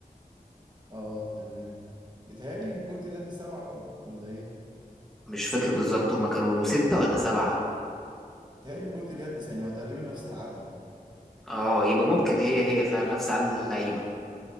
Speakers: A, on the right; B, in the centre.
A: اه تمام بيتهيألي كرة اليد سبعة برضه ولا ايه؟
B: مش فاكر بالظبط هما كانوا ستة ولا سبعة
A: بيتهيألي كرة اليد يعني هو تقريبا نفس العدد كده
B: اه يبقى ممكن هي هي فعلا نفس عدد اللعيبة